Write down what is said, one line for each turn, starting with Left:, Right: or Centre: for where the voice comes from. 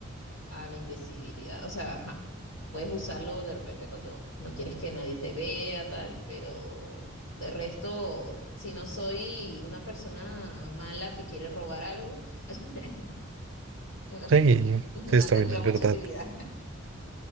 Left: a la invisibilidad, o sea, ajá, puedes usarlo de repente cuando no quieres que nadie te vea, tal, pero de resto, si no soy una persona mala que quiere robar algo, <laughs> No, lo
Right: Sí,
Left: sé. <laughs> No
Right: pues también
Left: tendría
Right: es
Left: mucha
Right: verdad.
Left: utilidad.